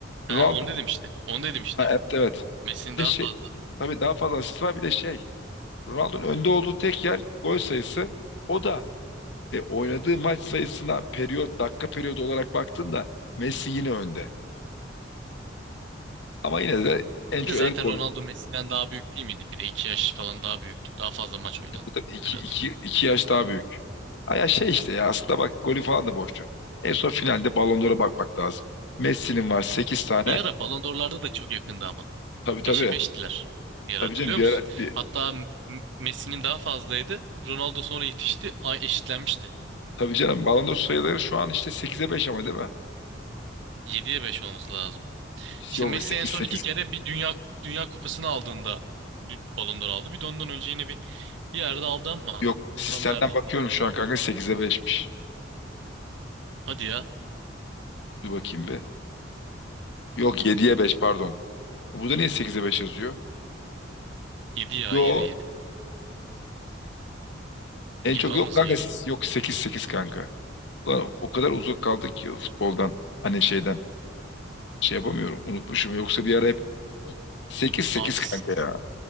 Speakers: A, on the right (about 75°); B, on the left (about 65°).
A: Ha,
B: Ronaldo
A: onu dedim işte. Onu dedim işte.
B: ha, evet evet.
A: Messi'nin
B: Bir
A: daha
B: de şey
A: fazla.
B: tabii daha fazla asist var bir de şey Ronaldo'nun önde olduğu tek yer gol sayısı. O da e, oynadığı maç sayısına periyot dakika periyodu olarak baktığında Messi yine önde. Ama yine de en
A: Bir
B: çok
A: de zaten
B: en gol
A: Ronaldo Messi'den daha büyük değil miydi? Bir de 2 yaş falan daha büyüktü. Daha fazla maç oynadı.
B: Tabii iki,
A: Öyle hatırlıyorum.
B: iki, iki yaş daha büyük. Ha ya şey işte ya aslında bak golü falan da boş ver. En son finalde Ballon d'Or'a bakmak lazım. Messi'nin var 8 tane.
A: Bir ara Ballon d'Or'larda da çok yakındı ama.
B: Tabii
A: beşe
B: tabii.
A: 5'tiler. Bir ara
B: Tabii
A: hatırlıyor
B: canım bir
A: musun?
B: ara bir,
A: Hatta M- Messi'nin daha fazlaydı. Ronaldo sonra yetişti. Ay eşitlenmişti.
B: tabii canım Ballon d'Or sayıları şu an işte sekize 5 ama değil mi?
A: Yediye 5 olması lazım. İşte
B: Yok
A: Messi
B: sekiz
A: en son
B: sekiz.
A: iki kere bir dünya dünya kupasını aldığında dü- Ballon d'Or aldı. Bir de ondan önce yine bir bir yerde aldı ama
B: Yok
A: onu
B: sistemden
A: tam nerede aldı
B: bakıyorum
A: hatırlamıyorum.
B: şu an kanka sekize beşmiş.
A: Hadi ya.
B: Dur bakayım bir. Yok yediye 5 pardon. E Bu da niye sekize 5 yazıyor?
A: yedi ya
B: Yo
A: yedi yedi
B: en
A: 7
B: çok
A: olması
B: yok kanka
A: gerekiyor.
B: siz yok sekiz sekiz kanka. Ulan o kadar uzak kaldık ki futboldan hani şeyden şey yapamıyorum unutmuşum yoksa bir ara hep 8-8
A: Abi
B: kanka ya.